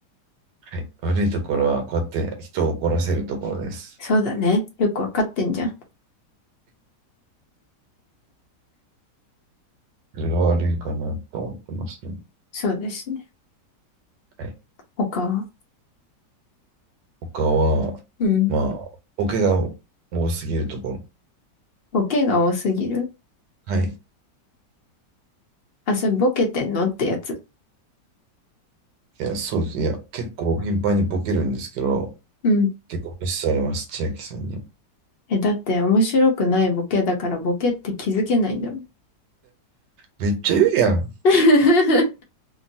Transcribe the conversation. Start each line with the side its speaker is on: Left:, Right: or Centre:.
Right: はい。悪いところは、こうやって人を怒らせるところです。
Left: そうだね。よくわかってんじゃん。
Right: それが悪いかなと思ってますね。
Left: そうですね。
Right: はい。
Left: 他は
Right: 他は、
Left: うん。
Right: まあ、ボケが多すぎるところ。
Left: ボケが多すぎる。
Right: はい。
Left: あ、それボケてんのってやつ。
Right: いや、そうです。いや、結構頻繁にボケるんですけど、
Left: うん
Right: 結構無視されます、千秋さんに。
Left: え、だって面白くないボケだからボケって気づけないんだもん。
Right: めっちゃ言うやん。
Left: <laughs>